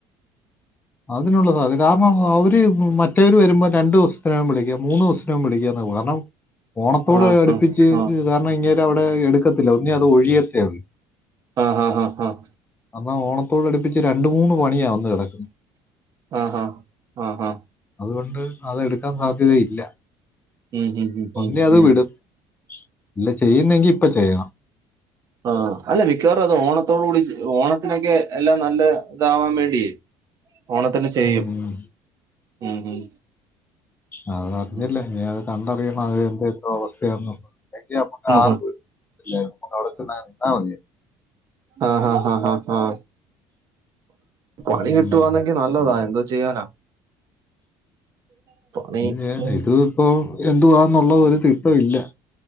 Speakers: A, on the left; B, on the right.
A: അതിനുള്ള സാധ്യത കാരണം അവര് മറ്റവര് വരുമ്പോ രണ്ട് ദിവസത്തിനേകും വിളിക്കും മൂന്ന് ദിവസത്തിനകം വിളിക്ക ന്ന കാര്ണം ഓണത്തോടെ
B: ആ
A: അടുപ്പിച്ച്
B: ആ ആ
A: കാര്ണം ഇങ്ങേര അവിടെ എടുക്കത്തില്ല ഒന്നേ അത് ഒഴിയത്തേ ഒള്ളൂ.
B: ആഹ് ഹ ആഹ് ആഹ്
A: എന്നാ ഓണത്തോട് അടുപ്പിച്ച് രണ്ട മൂന്ന് പണിയാ വന്ന് കെടക്കുന്ന
B: ആഹ് ആഹ് ആഹ് ആഹ്
A: അതുകൊണ്ട് അത് എടുക്കാൻ സാധ്യതയില്ല.
B: ഉം, ഉം, ഉം,
A: ഒന്നെ
B: ഉം,
A: അത്
B: ഉം.
A: വിടും. ഇല്ലെ ചെയ്യുന്നെങ്കി ഇപ്പ ചെയ്യണം.
B: ആഹ് അല്ല മിക്ക്യവാറും അത് ഓണത്തോടു കൂടി ഓണത്തിനൊക്കെ എല്ലാം നല്ല ഇതാവാൻ വേണ്ടിയേ. ഓണത്തിന്ന് ചെയ്യും
A: ഉം.
B: ഉം.
A: അത് അറിഞ്ഞില്ലെ.
B: ഉം,
A: ഇഞ്ഞ് അത് കണ്ടറിയണം അത് എന്തെന്തോ അവസ്ഥയാന്നു. എഹ് നമ്മുക്ക്
B: ഉം,
A: ആർക്കും
B: ഉം.
A: തില്ലായിരുന്നു അവിടെ ചെന്ന എന്താ മതി <unintelligible>
B: ആഹ് ഹാ ആഹ് ഹാ ആഹ് പണി
A: ഉം.
B: കിട്ടുകവാന്നെങ്കി നല്ലതാ
A: ഉം.
B: എന്ത് ചെയ്യാനാ. <inaudible>
A: അങ്ങ <unintelligible>
B: ഉം.
A: ഇത് ഇപ്പോ എന്തുവാന്നുള്ള ഒരു തിട്ടൊ ഇല്ല